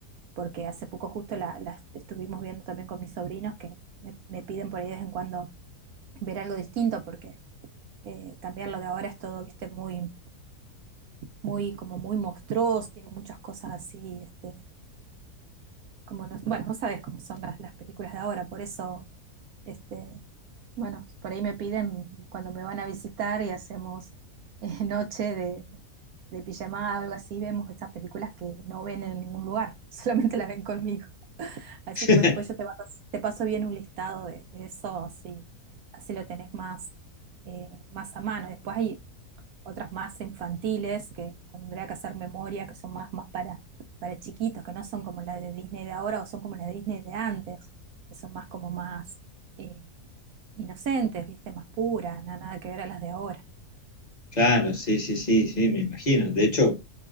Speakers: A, on the right; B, on the left.
A: porque hace poco justo la, la estuvimos viendo también con mis sobrinos que me, me piden por ahí de vez en cuando ver algo distinto, porque eh, también lo de ahora es todo, viste, muy, muy, como muy monstruoso, tiene muchas cosas así, este, como los, bueno, vos sabés cómo son las, las películas de ahora, por eso, este, bueno, por ahí me piden cuando me van a visitar y hacemos eh, noche de, de pijamada o algo así, vemos estas películas que no ven en ningún lugar, <laughs> solamente las ven conmigo. Así
B: <laughs>
A: que bueno, pues yo te, paso te paso bien un listado de, de eso, así, así lo tenés más, eh, más a mano. Después hay otras más infantiles que tendría que hacer memoria, que son más, más para, para chiquitos, que no son como las de Disney de ahora o son como las de Disney de antes, que son más como más eh, inocentes, viste, más puras, nada, nada que ver a las de ahora.
B: Claro, sí, sí, sí, sí, me imagino. De hecho,